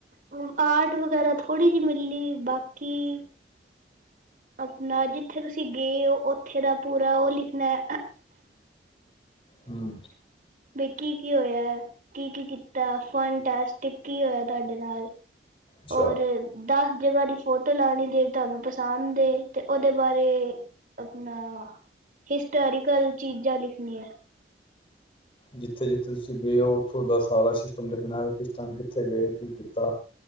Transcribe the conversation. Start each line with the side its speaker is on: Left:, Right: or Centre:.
Right: ਹੁਨ ਆਰਟ ਵਗੈਰਾ ਥੋੜ੍ਹੀ ਜੀ ਮਿਲੀ, ਬਾਕੀ, ਆਪਣਾ ਜਿੱਥੇ ਤੁਸੀਂ ਗੇ ਔ ਔਥੇ ਦਾ ਪੂਰਾ ਔਹ ਲਿਖਨਾ
Left: ਹੂੰ
Right: ਬਈ ਕੀ ਕੀ ਹੋਇਆ। ਕੀ-ਕੀ ਕੀਤਾ। ਫਨ ਟਾਸਕ ਕੀ ਕੀ ਹੋਇਆ ਤਾਡੇ ਨਾਲ।
Left: ਅੱਛਾ
Right: ਔਰ ਦਸ ਜਗਹ ਦੀ ਫੋਟੋ ਲੈਣੀ ਜੇੜੀ ਤਾਨੂੰ ਪਸੰਦ ਏ, ਤੇ ਔਦੇ ਬਾਰੇ ਅਪਣਾ ਹਿਸਟੋਰੀਕਲ ਚੀਜ਼ਾਂ ਲਿਖਣੀਆ।
Left: ਜਿੱਥੇ-ਜਿੱਥੇ ਤੁਸੀਂ ਗੇ ਔ ਉੱਥੋਂ ਦੱਸ ਸਾਰਾ ਸਿਸਟਮ ਲਿਖਣੈ ਕਿਸ ਥਾਂ ਗੇਂ। ਕਿਥੇ ਗਏ, ਕੀ ਕੀਤਾ?